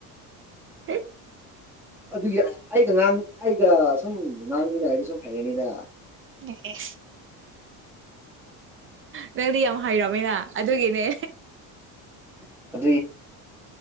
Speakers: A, on the right (about 35°); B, in the centre.
A: ꯍ
B: ꯑꯗꯨꯒꯤ ꯑꯩꯒ ꯉꯍꯥꯟ ꯑꯩꯒ ꯁꯨꯝ ꯉꯥꯟꯃꯤꯅ ꯍꯥꯏꯔꯗꯤ ꯁꯨꯝ ꯍꯩꯒꯅꯤꯗ
A: ꯑꯦ ꯅꯪ ꯗꯤ ꯌꯥꯝ ꯍꯩꯔꯝꯃꯦ ꯅ ꯑꯗꯨꯒꯤꯅꯦ
B: <inaudible> ꯎꯝ